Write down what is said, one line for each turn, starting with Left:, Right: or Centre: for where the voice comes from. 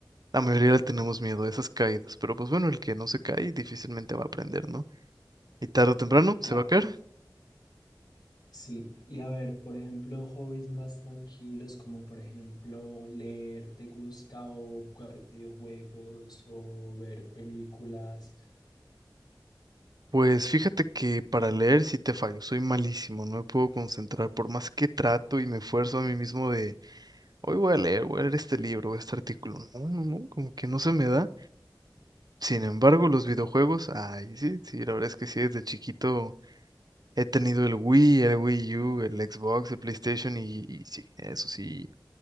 Right: la mayoría le tenemos miedo, a esas caídas. Pero pues bueno, el que no se cae difícilmente va a aprender, ¿no? Y tarde o temprano
Left: claro.
Right: se va a caer.
Left: Sí, y a ver, por ejemplo, hobbies más tranquilos, como por ejemplo leer, ¿te gusta? O jugar videojuegos o ver películas.
Right: Pues fíjate que para leer sí te fallo, soy malísimo, no me puedo concentrar, por más que trato y me esfuerzo a mí mismo Hoy voy a leer, voy a leer este libro, este artículo. No, no, no, como que no se me da. Sin embargo, los videojuegos, ay, sí, sí, la verdad es que sí, desde chiquito he tenido el Wii, el Wii U, el Xbox, el PlayStation y, y sí, eso sí,